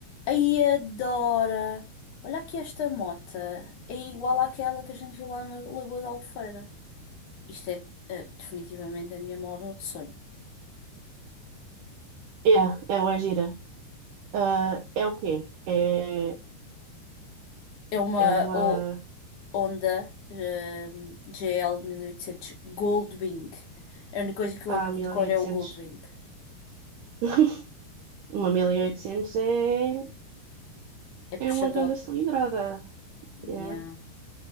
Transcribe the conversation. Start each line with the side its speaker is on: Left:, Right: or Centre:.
Left: Ai, adora! Olha aqui esta mota. É igual àquela que a gente viu lá na Lagoa da Albufeira. Isto é, eh, definitivamente a minha moto de sonho.
Right: Yeah, ela é gira. Ah, é o quê? É,
Left: É uma
Right: é uma
Left: o- Honda eh, GL 1800 Goldwing. A única coisa que eu
Right: a mil
Left: decoro
Right: e oitocentos.
Left: é o Goldwing.
Right: <laughs> Uma mil e oitocentos é,
Left: É
Right: é
Left: puxadote.
Right: uma grande cilindrada.
Left: Yeah.
Right: Yeah.